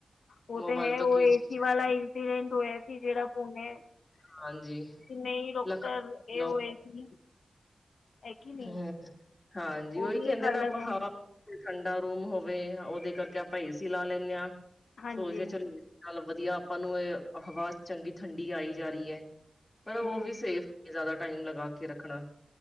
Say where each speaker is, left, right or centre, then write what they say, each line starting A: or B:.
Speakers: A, on the left; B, on the left.
A: ਉਹ
B: ਮੋਬਾਇਲ
A: ਤੇ ਹੈ
B: ਤੋਂ
A: ਉਹ
B: ਕੀ
A: ਏਸੀ
B: ਚੀਜ਼
A: ਵਾਲਾ ਇੰਸੀਡੈਂਟ ਹੋਇਆ ਸੀ ਜਿਹੜਾ ਪੂਣੇੇ ਕਿ
B: ਹਾਂਜੀ
A: ਨਹੀਂ ਡਾਕਟਰ
B: ਲਖਨਊ
A: ਇਹ ਹੋਏ ਕਿ ਹੈ ਨਹੀਂ
B: ਹਮ ਹਾਂਜੀ
A: ਉਹ
B: ਉਹੀ
A: ਵੀ
B: ਕਹਿੰਦੇ
A: ਇੱਕ ਅਲੱਗ
B: ਨਾ ਆਪਾਂ
A: ਹੈ
B: ਹ ਠੰਡਾ ਰੂਮ ਹੋ ਉਹਦੇ ਕਰਕੇ ਆਪਾਂ ਏਸੀ ਲਾ ਲੈਂਦੇ ਹਾਂ
A: ਹਾਂਜੀ
B: ਸੋਚਦੇ ਹਾਂ ਚਲੋ ਵਧੀਆ ਆਪਾਂ ਨੂੰ ਇਹ ਹਵਾ ਚੰਗੀ ਠੰਡੀ ਆਈ ਜਾ ਰਹੀ ਹੈ ਪਰ ਉਹ
A: ਹੂੰ
B: ਵੀ ਸੇਫ ਜ਼ਿਆਦਾ ਟਾਈਮ ਲਗਾ ਕੇ ਰੱਖਣਾ